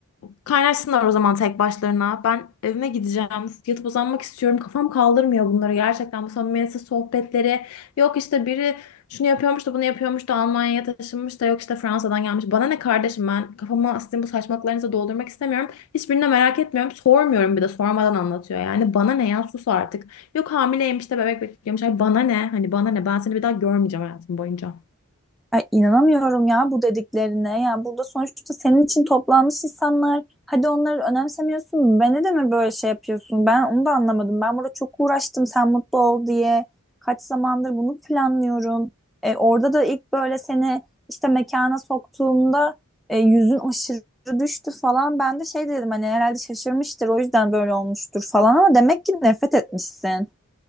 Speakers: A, on the left; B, in the centre.
A: Kaynaşsınlar o zaman tek başlarına. Ben evime gideceğim. Yatıp uzanmak istiyorum. Kafam kaldırmıyor bunları gerçekten. Bu samimiyetsiz sohbetleri. Yok işte biri şunu yapıyormuş da bunu yapıyormuş da Almanya'ya taşınmış da yok işte Fransa'dan gelmiş. Bana ne kardeşim ben kafamı sizin bu saçmalıklarınıza doldurmak istemiyorum. Hiçbirini de merak etmiyorum. Sormuyorum bir de sormadan anlatıyor. Yani bana ne ya sus artık. Yok hamileymiş de bebek bekliyormuş. Ay bana ne? Hani bana ne? Ben seni bir daha görmeyeceğim hayatım boyunca.
B: Ay, inanamıyorum ya bu dediklerine. Ya burada sonuçta senin için toplanmış insanlar. Hadi onları önemsemiyorsun. Beni de mi böyle şey yapıyorsun? Ben onu da anlamadım. Ben burada çok uğraştım sen mutlu ol diye. Kaç zamandır bunu planlıyorum. E, orada da ilk böyle seni işte mekana soktuğumda e, yüzün aşırı düştü falan. Ben de şey dedim hani herhalde şaşırmıştır o yüzden böyle olmuştur falan ama demek ki nefret etmişsin.